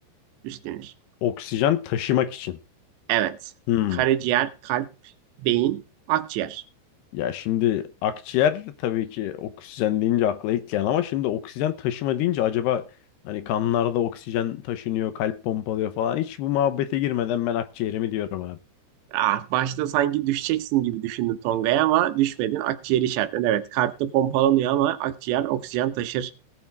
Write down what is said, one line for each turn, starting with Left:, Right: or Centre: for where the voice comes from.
Right: üstlenir?
Left: Oksijen taşımak için.
Right: Evet.
Left: Hmm.
Right: Karaciğer, kalp, beyin, akciğer.
Left: Ya şimdi akciğer tabii ki oksijen deyince akla ilk gelen ama şimdi oksijen taşıma deyince acaba hani kanlarda oksijen taşınıyor, kalp pompalıyor falan. Hiç bu muhabbete girmeden ben akciğerimi diyorum abi.
Right: Ah, başta sanki düşeceksin gibi düşündün Tonga'ya ama düşmedin. Akciğer işaretlen. Evet kalpte pompalanıyor ama akciğer oksijen taşır.